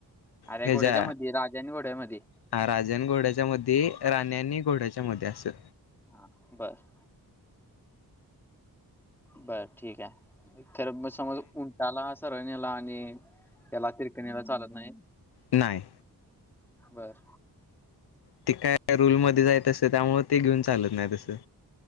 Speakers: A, in the centre; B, on the left (about 85°).
A: अरे
B: ह्याचा,
A: घोड्याच्या मध्ये राजा आणि घोड्यामध्ये
B: ह राज आणि घोड्याच्या मध्ये राण्यानी. घोड्याच्या मध्ये असं.
A: हा, बस. बरं, ठीक आहे. खर मग समज उंटाला असं र नेला आणि त्याला तिरकणीला चालत नाही
B: नाय
A: बर
B: ते काय? त्या रूलमध्येच आहे तसं त्यामुळ ते घेऊन चालत नाय तसं.